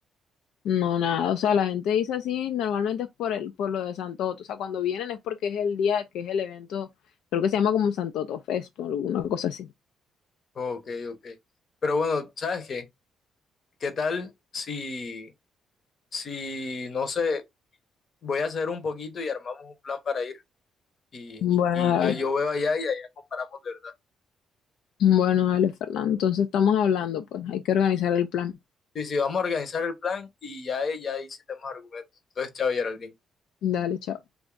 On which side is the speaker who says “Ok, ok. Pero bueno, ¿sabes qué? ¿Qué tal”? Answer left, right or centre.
Left